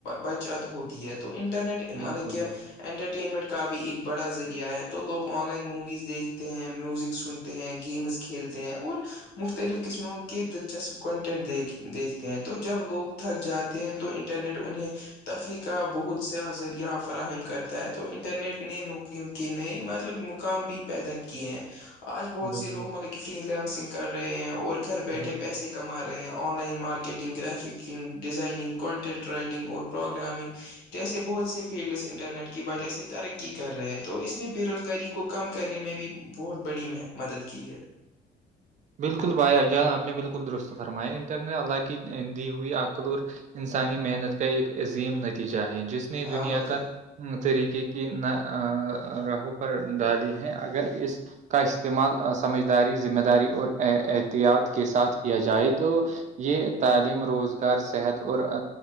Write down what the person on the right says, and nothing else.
بالکل
بالکل
بالکل
بالکل
بالکل بھائی جان آپ نے بالکل درست فرمایا انٹر نےٹ اللہ کی دی ہوئی عقل اور انسانی محنت کا ایک عظیم نتیجہ ہے جس نے
دنیا
کا طریقے کی نہ راہوں پر ڈالی ہیں اگر اس کا استعمال سمجھداری ذمہ داری اور احتیاط کے ساتھ کیا جائے تو یہ تعلیم روزگار صحت اور